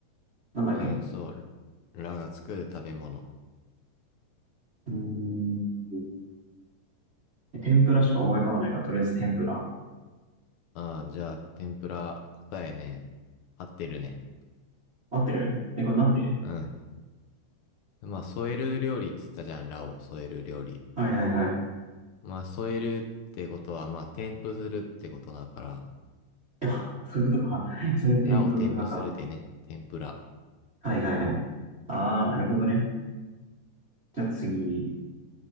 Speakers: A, on the right (about 45°); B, on the left (about 75°).
A: なんだっけ
B: うん、そう。ラがつく食べ物。
A: うーん。え天ぷらしか思い浮かばないから、とりあえず天ぷら。
B: あ、じゃあ、天ぷら答えね。合ってるね。
A: 合ってるえ、これなんで
B: うん。まあ、添える料理っつったじゃん、ラを添える料理。
A: はいはいはい。
B: まあ、添えるってことは、まあ、添付するってことだから、
A: <laughs> あ、そういうことか。それ天ぷらか。
B: ラを添付するでね、天ぷら。
A: はいはいはい。ああ、なるほどね。じゃあ次、